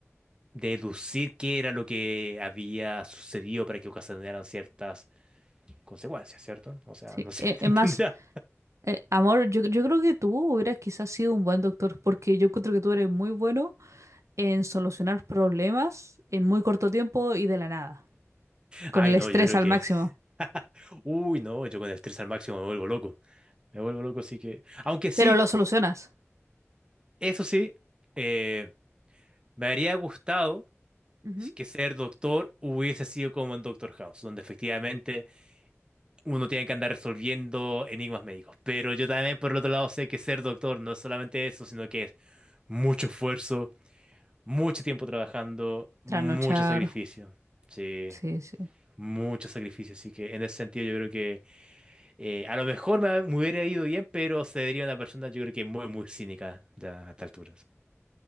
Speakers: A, on the right; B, on the right.
A: deducir qué era lo que había sucedido para que ocasionaran ciertas consecuencias, ¿cierto? O sea,
B: Sí.
A: no sé
B: Eh,
A: <laughs> qué te
B: Es
A: entenderá.
B: más, eh, amor, yo, yo creo que tú hubieras quizás sido un buen doctor, porque yo encuentro que tú eres muy bueno en solucionar problemas en muy corto tiempo y de la nada, con
A: Ay,
B: el estrés
A: no, yo creo
B: al
A: que...
B: máximo.
A: <laughs> Uy, no, yo con el estrés al máximo me vuelvo loco. Me vuelvo loco, así que... Aunque sí,
B: Pero lo solucionas.
A: eso sí, eh, me habría gustado
B: Ujú.
A: si que ser doctor hubiese sido como en Doctor House, donde efectivamente uno tiene que andar resolviendo enigmas médicos. Pero yo también, por el otro lado, sé que ser doctor no es solamente eso, sino que es mucho esfuerzo Mucho tiempo trabajando, mucho
B: Trasnochar.
A: sacrificio. Sí,
B: Sí, sí.
A: mucho sacrificio. Así que en ese sentido yo creo que eh, a lo mejor me, me hubiera ido bien, pero se vería una persona yo creo que muy, muy cínica ya a estas alturas.